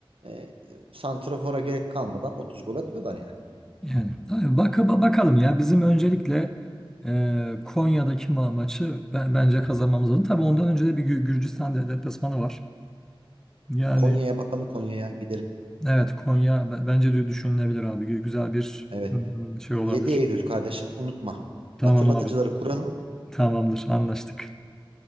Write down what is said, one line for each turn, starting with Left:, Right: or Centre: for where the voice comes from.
Right: e, santrafora gerek kalmadan 30 gol atıyorlar yani.
Centre: Yani abi bak ba- bakalım ya bizim öncelikle e, Konya'daki ma maçı ben, bence kazanmamız lazım. Tabii ondan önce de bir Gü- Gürcistan de- deplasmanı var. Yani
Right: Konya'ya bakalım Konya'ya gidelim.
Centre: Evet Konya b- bence de düşünülebilir abi. Gü- Güzel bir
Right: Evet.
Centre: hmm, şey
Right: 7
Centre: olabilir.
Right: Eylül kardeşim unutma.
Centre: Tamam
Right: Hatırlatıcıları
Centre: abi.
Right: kuralım.
Centre: Tamamdır. Anlaştık.